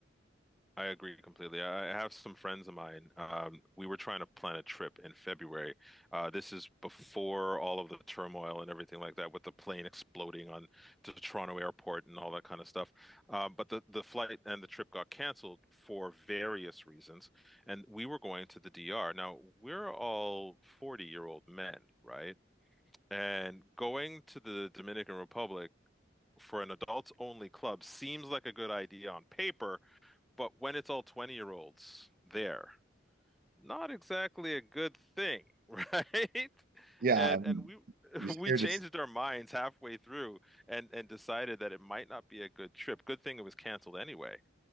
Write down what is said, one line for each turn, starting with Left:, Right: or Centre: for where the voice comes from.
Centre: I agree completely. I I have some friends of mine. Um, we were trying to plan a trip in February. Uh, this is before all of the turmoil and everything like that, with the plane exploding on to the Toronto airport and all that kind of stuff. Um, but the, the flight and the trip got canceled for various reasons. And we were going to the DR. Now, we're all 40-year-old men, right? And going to the Dominican Republic for an adults-only club seems like a good idea on paper but when it's all 20 year olds there, not exactly a good thing, <laughs> right?
Right: Yeah,
Centre: And
Right: I'm,
Centre: and we <laughs>
Right: you are scared
Centre: we changed
Right: to s-
Centre: our minds halfway through and and decided that it might not be a good trip. Good thing it was canceled anyway.